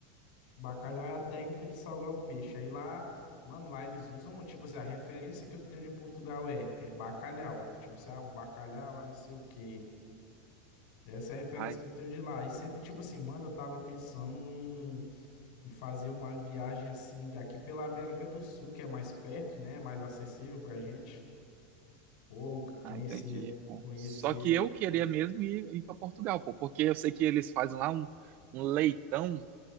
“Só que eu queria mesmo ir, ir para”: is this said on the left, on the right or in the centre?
Right